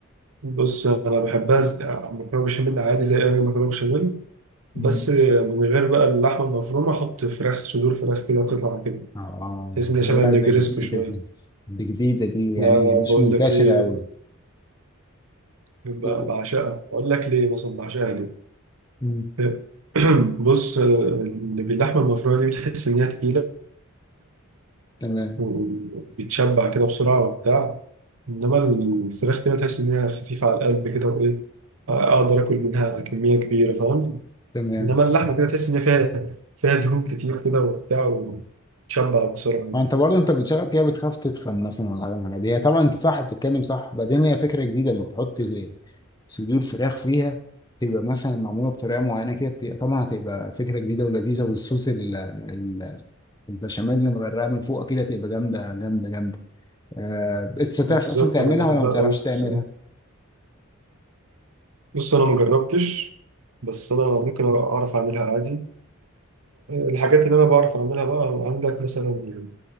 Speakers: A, on the right; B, on the left.
A: بص انا بحبها ز- مكرونه بشاميل عادي زي اي مكرونه بشاميل بس
B: دي
A: من غير بقى اللحمة المفرومة أحط فراخ صدور فراخ كده قطع كده
B: اه
A: بحيث إنها
B: ده
A: شبه النجرسكو
B: لا، ده جديدة
A: شوية
B: دي دي جديدة دي يعني
A: لا لا
B: مش
A: بقول
B: منتشرة
A: لك إيه
B: أوي
A: ب-
B: مم.
A: بعشقها أقول لك ليه مثلا بعشقها ليه
B: مم.
A: <clears throat> بص اللي باللحمة المفرومة دي بتحس إنها تقيلة
B: تمام
A: وبتشبع كده بسرعة وبتاع إنما الفراخ كده تحس إنها خفيفة على القلب كده وإيه أقدر آكل منها كمية كبيرة فاهم
B: تمام
A: إنما اللحمة كده تحس إن هي فيها فيها دهون كتير كده وبتاع وتشبع بسرعة
B: وانت برضه انت بتشغل فيها بتخاف تدخن مثلا ولا حاجه من الحاجات دي هي طبعا انت صح بتتكلم صح بعدين هي فكره جديده اللي تحط صدور فراخ فيها تبقى مثلا معموله بطريقه معينه كده بتبقى- طبعا هتبقى فكره جديده ولذيذه والصوص ال- ال- البشاميل اللي مغرقه من فوق كده تبقى جامده جامده جامده آه، انت بتعرف
A: بالظبط
B: اصلا تعملها
A: انا بحبها
B: ولا ما بتعرفش
A: قوي الصراحه
B: تعملها؟
A: بص انا ما جربتش بس انا ممكن اعرف اعملها عادي الحاجات اللي انا بعرف اعملها بقى عندك مثلا يعني